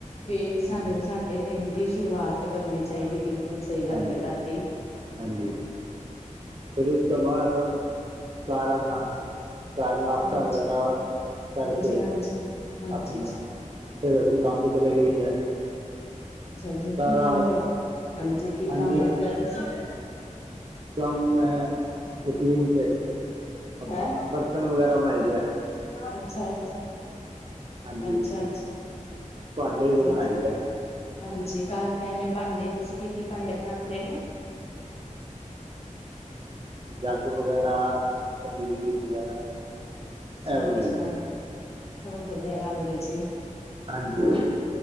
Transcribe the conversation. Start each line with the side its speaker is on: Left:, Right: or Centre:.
Left: ਫੇਰ ਸਾਨੂੰ
Right: ਹਮ,
Left: ਸਾਢੇ ਦਿੰਨ ਦੀ ਸ਼ੁਰੂਆਤ ਕਰਨੀ ਚਾਹੀਦੀ ਬਿਲ ਬਿਲਕੁਲ ਸਹੀ ਗੱਲ
Right: ਹਾਂਜੀ
Left: ਏ ਤਹਾਡੀ।
Right: ਹਾਂਜੀ ਫੇਰ ਉਸ ਤੋਂ ਬਾਅਦ ਘਰ ਆਨਾਂ। ਘਰ ਨਾਸ਼ਤਾ
Left: ਹਾਂਜੀ
Right: ਵਗੈਰਾ ਕਰਕੇ
Left: ਹਾਂਜੀ ਹਾਂਜੀ ਹਾਂਜੀ
Right: ਅਪਨਾ
Left: ਜੀ
Right: ਫੇਰ ਅਸੀਂ ਕੰਮ ਤੇ ਚਲੇ ਜਾਈਦਾ।
Left: ਅੱਛਾਾਂ ਜੀ ਕੀ
Right: ਸਾਰਾ
Left: ਕੰਮ ਕਰਦੇ ਹਾਂਜੀ ਕੀ
Right: ਹਾਂਜੀ
Left: ਕੰਮ ਕਰਦੇ ੳ ਤੁਸੀਂ?
Right: ਕੰਮ ਹੈ ਮਸ਼ੀਨ ਤੇ ਅਪਨਾ
Left: ਹੈਂ
Right: ਬਰਤਨ ਵਗੈਰਾ ਬਣਾਈ ਦਾ।
Left: ਅੱਛਾ ਅੱਛਾ।
Right: ਹਾਂਜੀ
Left: ਅੱਛਾ ਅੱਛਾ
Right: ਭਾਂਡੇ ਵੀ
Left: ਜੀ
Right: ਬਣਾਈਦਾ
Left: ਅੱਛਾ ਹਾਂਜੀ ਕ ਕੇਵੇਂ ਭਾਂਡੇ ਤੁਸੀਂ ਕੀ ਕੀ ਭਾਂਡੇ ਬਣਾਦੇ ੳ?
Right: ਜੱਗ ਵਗੈਰਾ, ਪਤੀਲੀ ਵਗੈਰਾ।
Left: ਅੱਛਾ
Right: ਇਹ ਬਣਾਈਦਾ
Left: ਅੱਛਾ।
Right: ਹੈ।
Left: ਬਹੁਤ ਵਧੀਆ ਗੱਲ ਏ ਜੀ।
Right: ਹਾਂਜੀ।
Left: ਬਹੁਤ